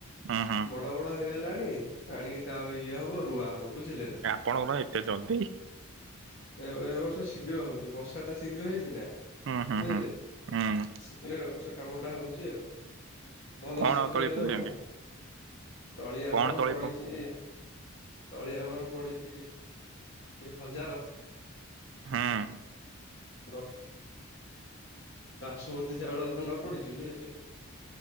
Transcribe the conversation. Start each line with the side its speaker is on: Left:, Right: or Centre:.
Right: ହୁଁ ହୁଁ
Left: ବଡ ବଡ ହେଇଗଲାଣି। ହୁଁ। ଆଣିକି ତା ଇଏ ହବ ରୁଆ ହବ। ବୁଝିଲେ ନା।
Right: ଟା ଆପଣଙ୍କ ପାଇଁ ଏତେ ଜଲଦି?
Left: ଏ ଏ ବର୍ଷ ଶୀଘ୍ର ହଉଚି ବର୍ଷା ଟା ଶୀଘ୍ର ହେଇଚି ନା?
Right: ହୁଁ ହୁଁ
Left: ବୁଝିଲେ?
Right: ହୁଁ ହୁଁ
Left: ଶୀଘ୍ର ଏ ବର୍ଷ। କାମ ଟା ହଉଚି ଆଉ। ଭଲ
Right: କଣ
Left: ଶୀଘ୍ର
Right: ଆଉ ତଳି
Left: ହେଲେ
Right: ପକେଇଛନ୍ତି?
Left: ଭଲ ତଳି ଆମର
Right: କଣ ତଳି
Left: ପଡିଚି।
Right: ପ ହୁଁ
Left: ତଳି ଆମର ପଡିଚି। ଳି ହଜାର।
Right: ହୁଁ।
Left: <unintelligible> ବାସୁମତୀ ଚାଉଳ ଧାନ ପଡିଚି ବୁଝିଲେ?